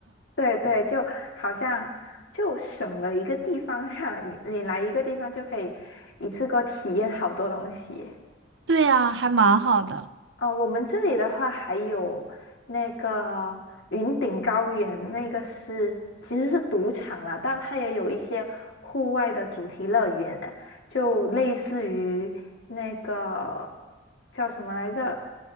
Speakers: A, on the left (about 85°); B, on the right (about 75°).
A: 对对，就好像就省了一个地方，让你你来一个地方就可以一次过体验好多东西。
B: 对呀，还蛮好的。
A: 哦，我们这里的话还有那个云顶高原，那个是其实是赌场啦，但它也有一些户外的主题乐园，就类似于那个叫什么来着，